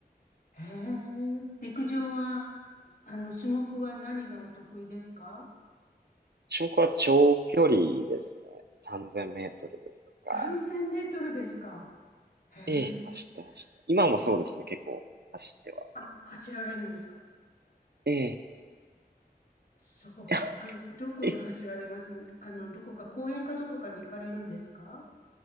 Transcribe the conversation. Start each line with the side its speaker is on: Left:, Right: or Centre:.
Left: へえ、陸上は、あの、種目は何がお得意ですか
Right: 種目は長距離ですね。3000メートルですとか。
Left: ?3000 メートルですかへえ、
Right: ええ、走ってました。今もそうですね。
Left: すごいです。
Right: 結構走っては。
Left: あ、走られるんですか
Right: ええ。
Left: そう。
Right: <laughs> いや
Left: あの、どこで走られますあの、
Right: え、
Left: どこか、公園かどこかに行かれるんですか